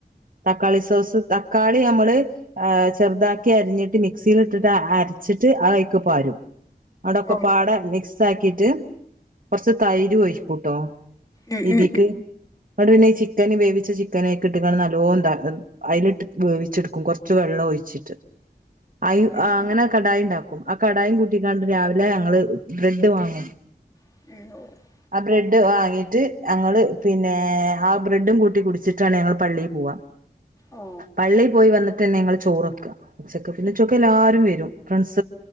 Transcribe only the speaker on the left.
ഓഹ്
ഉം
ഉം
ഉം
ഉം
ഉം ഉം
ഓ